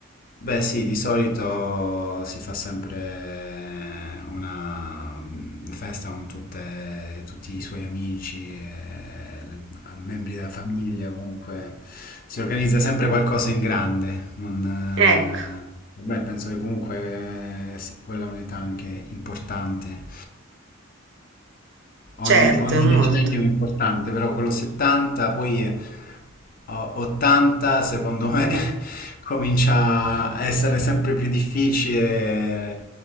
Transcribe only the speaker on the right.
Ecco,
certo,
è molto.
<laughs>